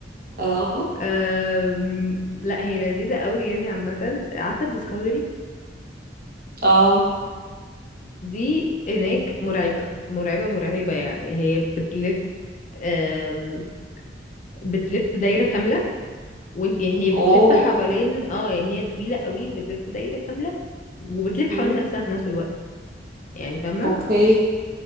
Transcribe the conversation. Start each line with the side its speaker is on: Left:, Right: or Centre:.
Right: اه
Left: أم... لا هي لذيذة قوي يعني عامة عارفة الديسكفري
Right: اه
Left: دي هناك مرعبة مرعبة مرعبة يعني هي بتلف أم... بتلف دايرة كاملة وانت يعني هي بتلف
Right: اوه
Left: حوالين اه يعني هي طويلة قوي وبتلف دايرة كاملة وبتلف
Right: مم.
Left: حوالين نفسها في نفس الوقت يعني فاهمة
Right: اوكي